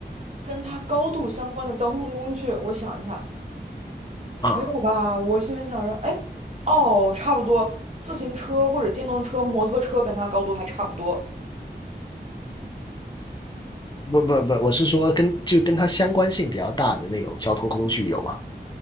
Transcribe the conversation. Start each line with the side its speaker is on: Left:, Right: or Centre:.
Right: 跟它高度相关的交通工具，我想一下。
Left: 啊，
Right: 没有吧？我心里想着，哎，哦，差不多，自行车或者电动车、摩托车跟它高度还差不多。
Left: 不不不，我是说跟就跟它相关性比较大的那种交通工具有吗？